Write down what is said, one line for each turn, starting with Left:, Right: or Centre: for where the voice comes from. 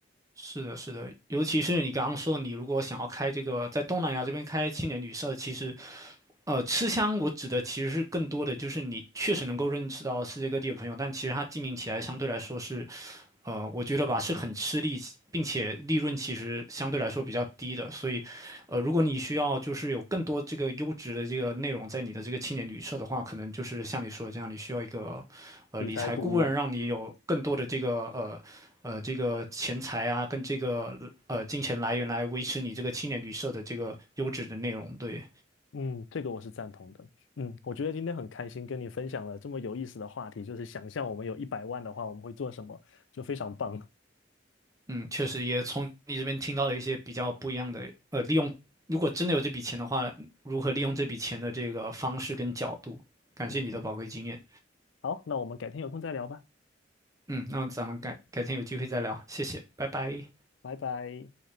Right: 是的，是的，尤其是你刚刚说，你如果想要开这个在东南亚这边开青年旅社，其实，呃，吃香我指的其实是更多的就是你确实能够认识到世界各地的朋友，但其实它经营起来相对来说是呃，我觉得吧是很吃力，并且利润其实相对来说比较低的，所以，呃，如果你需要就是有更多这个优质的这个内容在你的这个青年旅社的话，可能就是像你说的这样，你需要一个呃理财顾问，
Left: 理财顾问。
Right: 让你有更多的这个呃呃这个钱财啊，跟这个呃金钱来源来维持你这个青年旅社的这个优质的内容，对。
Left: 嗯，这个我是赞同的。嗯，我觉得今天很开心跟你分享了这么有意思的话题，就是想象我们有一百万的话，我们会做什么，就非常棒。
Right: 嗯，确实也从你这边听到了一些比较不一样的，呃，利用，如果真的有这笔钱的话，如何利用这笔钱的这个方式跟角度。感谢你的宝贵经验。
Left: 嗯好，那我们改天有空再聊吧，
Right: 嗯，那咱们改改天有机会再聊，谢谢，拜拜。
Left: 拜拜。